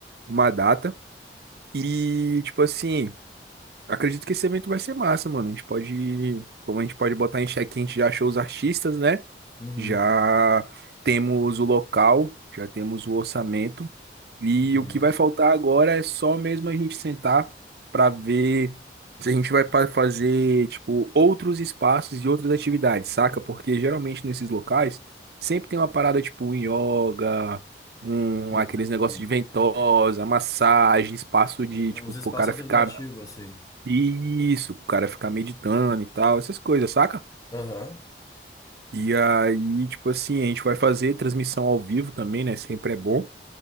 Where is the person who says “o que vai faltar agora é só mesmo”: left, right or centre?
Right